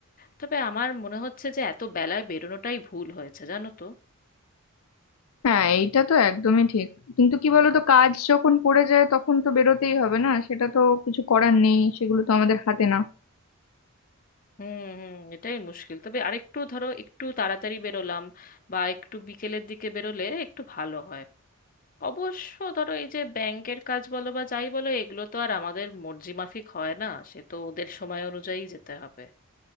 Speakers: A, on the left; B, on the left.
A: তবে আমার মনে হচ্ছে যে এত বেলায় বেরোনোটাই ভুল হয়েছে জানো তো
B: হ্যাঁ এইটা তো একদমই ঠিক কিন্তু কি বলতো কাজ যখন পড়ে যায় তখন তো বেরোতেই হবে না সেটা তো কিছু করার নেই সেগুলো তো আমাদের হাতে না
A: হুম হুম এটাই মুশকিল তবে আরেকটু ধরো একটু তাড়াতাড়ি বেরোলাম বা একটু বিকেলের দিকে বেরোলে একটু ভালো হয় অবশ্য ধরো এই যে ব্যাংকের কাজ বলো বা যাই বলো এগুলো তো আর আমাদের মর্জি মাফিক হয় না সে তো ওদের সময় অনুযায়ী যেতে হবে